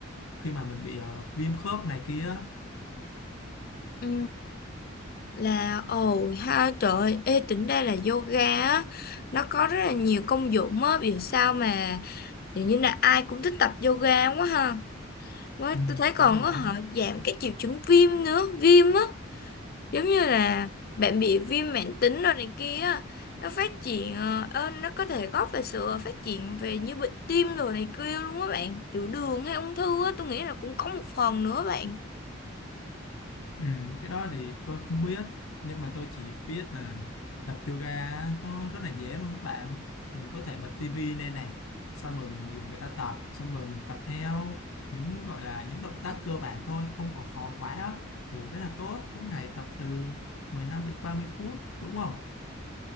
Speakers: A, on the left (about 85°); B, on the left (about 50°).
A: khi mà mình bị ờ, viêm khớp này kia
B: ừ. là ồ ha trời ơi, ê tính ra là yoga á nó có rất là nhiều công dụng á vì sao mà hình như là ai cũng thích tập yoga quá ha Quá,
A: ừ,
B: tôi thấy còn
A: đúng rồi
B: có họ
A: á
B: giảm cái triệu chứng viêm nữa, viêm á, giống như là bạn bị viêm mãn tính rồi này kia á, nó phát triển ờ, ờ, nó có thể góp về sự ờ, phát triển về như bệnh tim rồi này kia luôn á bạn, tiểu đường hay ung thư á, tôi nghĩ là cũng có một phần nữa bạn.
A: Ừ, cái đó thì tôi không biết nhưng mà tôi chỉ biết là tập yoga á, nó rất là dễ luôn các bạn mình có thể bật tivi lên này xong rồi mình nhìn người ta tập xong rồi mình tập theo những gọi là những động tác cơ bản thôi không có khó quá á thì rất là tốt mỗi ngày tập từ 15 đến 30 phút đúng không